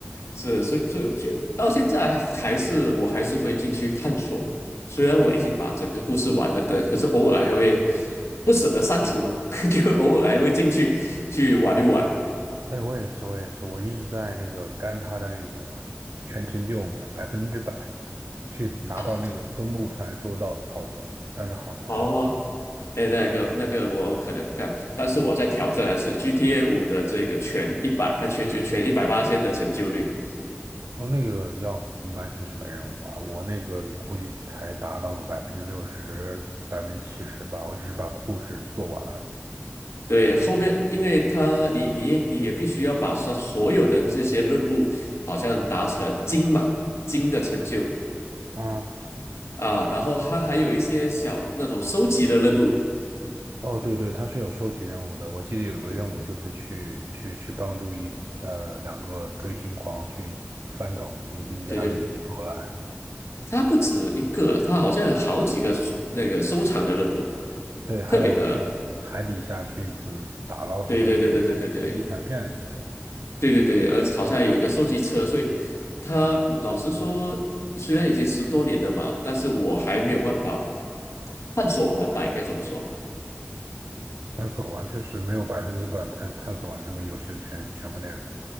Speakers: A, on the left; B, on the right.
A: 是，所以所以就到现在还是我还是会进去探索，虽然我已经把整个故事完了的，
B: 那，
A: 可是偶尔还会不舍得删除嘛，<laughs> 就偶尔还会进去去玩一玩
B: 哎，我也是，我也是，我一直在那个干他的那个全成就嘛，百分之百去拿到那个东部传说道的套装，
A: 啊。
B: 但是好难啊。
A: 哦，哎，那个那个我可能干，但是我在挑战的是 GTA 五的这个全一百，呃，全就全一百八千的成就率。
B: 我那个要完成什么任务啊，我那个估计才达到个百分之六十、百分之七十吧，我只是把故事做完了。
A: 对，后面因为他你你你也必须要把所所有的这些任务好像达成金嘛，金的成就。
B: 啊，
A: 啊，然后它还有一些小那种收集的任务，
B: 哦，对对，它是有收集任务的。我记得有个任务就是去去去帮助一呃两个追星狂去翻找明星家的这些破烂，
A: 对对，对对对，它不止一个，它好像有好几个那个收藏的任务，
B: 对，还有去海底下去的打捞什么
A: 特别的，对对对对对对对
B: 遗残片什么的。
A: 对对对，而好像有一个收集车，所以它我老实说，虽然已经十多年了嘛，但是我还没有办法探索完吧，应该这么说。
B: 探索完确实没有百分之百探探索完这个游戏的全全部内容。